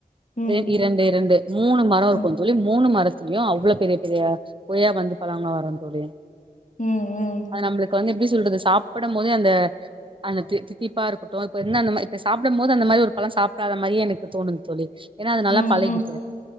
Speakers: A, on the left (about 55°); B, on the right (about 35°).
A: ம்
B: ரெ இரண்டு இரண்டு மூணு மரோ இருக்கும்
A: ம்
B: தோழி. மூணு மரத் தெரியு அவ்ளோ பெரிய பெரிய கொய்யா வந்து பழங்க வருந் தோழி
A: ம் ம் ம்
B: அது நம்ளுக் இப்ப வந்து எப்டி சொல்றது சாப்பிடம் போதே அந்த அந்த தி தித்திப்பா இருக்கட்டு இப்ப என்ன நம்ம இப்ப சாப்பிடும் போது அந்த மாரி ஒரு பழம் சாப்டாத மாரியே எனக்கு தோணுது தோழி ஏன்னா அது நல்லா
A: ம்
B: பழகிட்டு